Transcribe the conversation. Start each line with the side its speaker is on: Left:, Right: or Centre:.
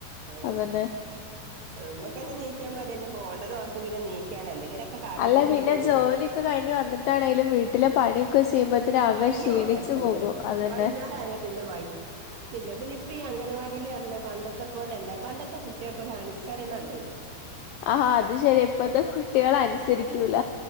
Right: ആഹ്
Left: അതന്നെ
Right: നമ്മുക്കന്നെ നീക്കാൻ മടിയാണ് പോണ്ടതോർത്ത് പിന്നെ നീക്കാണ് എന്തെങ്കിലൊക്കെ കാട്ടിക്കൂട്ടി
Left: അല്ല പിന്നെ
Right: പോവന്നെ
Left: ജോലിയൊക്കെ കഴിഞ്ഞ് വന്നിട്ടാണേലും വീട്ടില് പണിയൊക്കെ ചെയ്യുമ്പോത്തേന് ആകെ
Right: ത്യ <unintelligible>
Left: ക്ഷീണിച്ചു
Right: പോലെ പിന്നെ
Left: പോകും അതന്നെ
Right: വൈന്നേരം ആയ പിന്നെ വൈ ഇല്ല പിന്നെ ഇപ്പ ഈ അംഗനവാടീല് പറഞ്ഞാ പണ്ടത്തെ പോലല്ല പണ്ടത്തെ കുട്ടികെ ഒരനുസരണണ്ടേനു
Left: ആഹ് അത് ശരി ഇപ്പത്തെ കുട്ടികള് അനുസരിക്കൂല
Right: ഈ